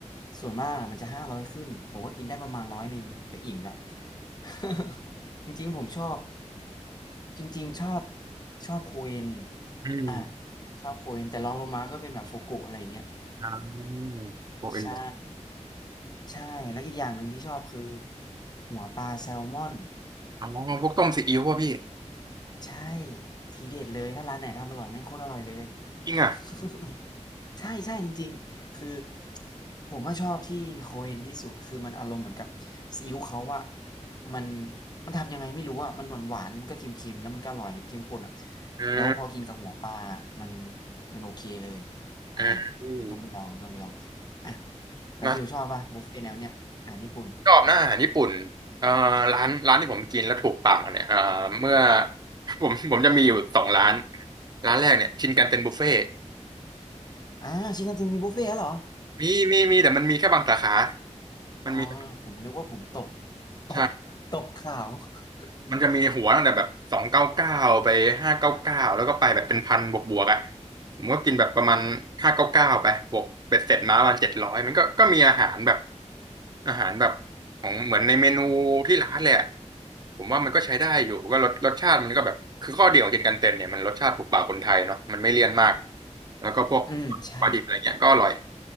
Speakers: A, on the left (about 35°); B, on the right (about 35°).
A: ส่วนมากมันจะห้าร้อยขึ้นผมก็กินได้ประมาณร้อยหนึ่งก็อิ่มละ <laughs> จริงๆผมชอบจริงๆชอบชอบโคเอน
B: อืม
A: อ่าชอบโคเอนแต่รองลงมาก็เป็นแบบฟูกุอะไรอย่างเงี้ย
B: อ่าโบเอ็นแบบ
A: ใช่ ใช่แล้วอีกอย่างหนึ่งที่ชอบคือหัวปลาแซลมอน
B: อ๋อพวกต้มซีอิ๊วป่ะพี่
A: ใช่ทีเด็ดเลยถ้าร้านไหนทำอร่อยแม่งโคตรอร่อยเลย
B: จริงอ่ะ
A: <laughs> ใช่ใช่จริงๆคือผมว่าชอบที่โคเอนที่สุดคือมันอารมณ์เหมือนกับซีอิ๊วเขาอะมันมันทำยังไงไม่รู้อะมันหวานหวานมันก็เค็มๆแล้วมันก็อร่อยเค็มข้นอะ
B: อืม
A: แล้วพอกินกับหัวปลามันมันโอเคเลยอ่า
B: อืมอืม
A: ฟิวต้องไปลองต้องไปลองอ่ะแล้วฟิวชอบป่ะบุฟเฟ่ต์แนวเนี้ยอาหารญี่ปุ่น
B: นะชอบนะอาหารญี่ปุ่นเอ่อร้านร้านที่ผมกินแล้วถูกปากเนี่ยเอ่อเมื่อ <laughs> ผมผมจะมีอยู่สองร้านร้านแรกเนี่ยชินกันเซ็นบุฟเฟ่
A: อ่าชินคันเซ็นมีบุฟเฟ่ต์แล้วเหรอ
B: มีมีมีแต่มันมีแค่บางสาขามันมี
A: อ๋อผมนึกว่าผมตกตกตกข่าว
B: ใช่
A: <laughs>
B: มันจะมีหัวตั้งแต่แบบสองเก้าเก้าไปห้าเก้าเก้าแล้วก็ไปแบบเป็นพันบวกบวกอ่ะผมก็กินแบบประมาณห้าเก้าเก้าไปบวกเบ็ดเสร็จมาประมาณเจ็ดร้อยมันก็ก็มีอาหารแบบอาหารแบบของเหมือนในเมนูที่ร้านแหลยอะผมว่ามันก็ใช้ได้อยู่ก็รสรสชาติมันก็แบบคือข้อดีของกินกันเต็นเนี่ยมันรสชาติถูกปากคนไทยเนาะมันไม่เลี่ยนมากแล้วก็พวก
A: อืมใช่
B: ปลาดิบอะไรเงี้ยก็อร่อย